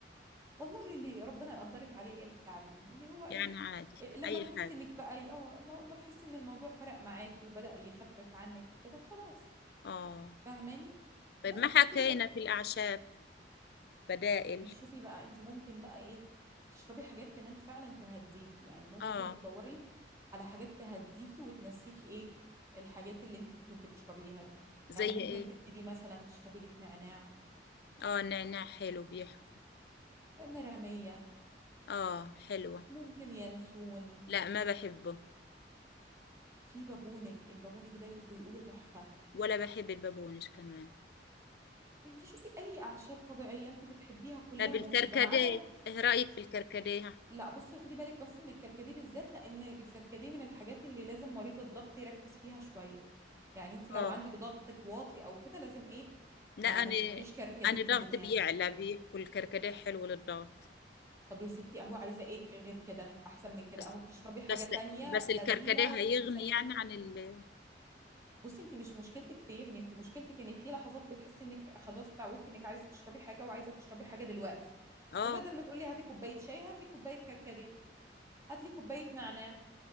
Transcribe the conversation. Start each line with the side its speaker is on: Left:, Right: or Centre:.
Right: والله اللي ربنا يقدرك عليه العبيه اللي هو ايه
Left: يعني عادي
Right: إيه، لما
Left: اي
Right: تحسي
Left: حاجه
Right: انك بقى اه لما تحسي ان الموضوع فرق معاكي وبدأ يخفف عنك وكده خلاص
Left: اه
Right: فاهماني
Left: طيب
Right: بس
Left: ما حكينا
Right: انت كده
Left: في الأعشاب بدائل
Right: انت شوفي بقى انت ممكن بقى ايه تشربي حاجات كمان فعلا تهديكي يعني ممكن
Left: آه
Right: تدوري على حاجات تهديكي وتنسيكي ايه الحاجات اللي انت كنت بتشربيها دي
Left: زي
Right: يعني
Left: إيه
Right: ممكن تبتدي مثلا تشربي لك نعناع
Left: آه النعناع حلو بيحكوا
Right: مرامية
Left: آه حلوة
Right: ممكن ينسون
Left: لا ما بحبه
Right: في بابونج البابونج ده بيقولوا تحفة
Left: ولا بحب البابونج كمان
Right: انت شوفي اي اعشاب طبيعية انت بتحبيها كلها
Left: طب الكركديه
Right: مفيدة ما عدا
Left: إيه رأيك في الكركديه
Right: لا بصي خدي بالك بس من الكركديه بالذات لان الكركديه من الحاجات اللي لازم مريض الضغط يركز فيها شويه يعني انت لو
Left: آه
Right: عندك ضغطك واطي او كده لازم ايه
Left: لا
Right: ما
Left: أنا
Right: ما تشربيش كركديه
Left: أنا
Right: من
Left: ضغطي
Right: دماغك
Left: بيعلى
Right: وكده
Left: بيحكوا الكركديه حلو للضغط
Right: طب يا ستي اهو عايزه ايه ك- غير كده احسن من كده
Left: بس
Right: اهو بتشربي حاجه
Left: بس
Right: تانية
Left: بس الكركديه
Right: بديله وبتسلي
Left: هيغني يعني
Right: نفسك
Left: عن ال
Right: بصي انت مش مشكلتك في إيه؟ يعني انت مشكلتك ان في لحظات بتحسي انك خلاص اتعودتي انك عايزه تشربي حاجه وعايزه تشربي حاجه دلوقتي
Left: آه
Right: فبدل ما تقولي هاتي كوبايه شاي هاتلي كوبايه كركديه هاتلي كوبايه نعناع